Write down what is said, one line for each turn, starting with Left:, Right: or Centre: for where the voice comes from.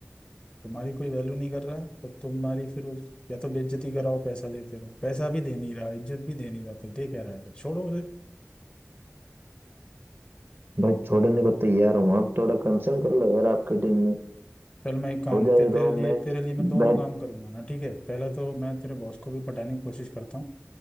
Left: तुम्हारी कोई वैल्यू नहीं कर रहा तो तुम्हारी फिर उस या तो बेइज्जती कराओ पैसा लेते रहो पैसा भी दे नहीं रहा इज्जत भी दे नहीं रहा तो दे क्या रहा है फिर छोड़ो उसे
Right: बट छोड़ने को तैयार हूँ आप थोड़ा कंसर्न कर लो यार आपकी टीम में
Left: चल मैं एक काम
Right: हो जाए
Left: ते, तेरे
Right: तो
Left: लिए
Right: मैं
Left: तेरे लिए मैं दोनों
Right: बैठ
Left: काम करूंगा ना ठीक है पहले तो मैं तेरे बॉस को भी पटाने की कोशिश करता हूँ